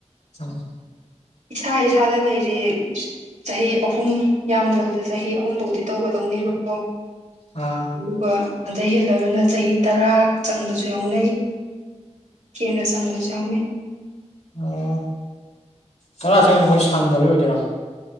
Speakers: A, on the left; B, on the right.
A: ꯆꯪꯉ
B: ꯏꯁꯥ ꯏꯁꯥꯗ ꯂꯩꯔꯦ ꯆꯍꯤ ꯑꯍꯨꯝ ꯌꯥꯝꯗ꯭ꯔꯕꯗ ꯆꯍꯤ ꯑꯍꯨꯝꯐꯧꯗꯤ ꯇꯧꯒꯗꯧꯅꯦꯕꯀꯣ
A: ꯑ
B: ꯑꯗꯨꯒ ꯑꯗꯩ ꯍꯦꯜꯂꯒꯅ ꯆꯍꯤ ꯇꯔꯥ ꯆꯪꯕꯁꯨ ꯌꯥꯎꯅꯩ ꯀꯅ ꯆꯪꯕꯁꯨꯎꯅꯦ
A: ꯑꯣ ꯇꯔꯥ ꯆꯪꯅꯤ ꯑꯩꯈꯣꯏ ꯁꯪꯗꯕꯩ ꯑꯣꯏꯗꯣꯏꯔꯣ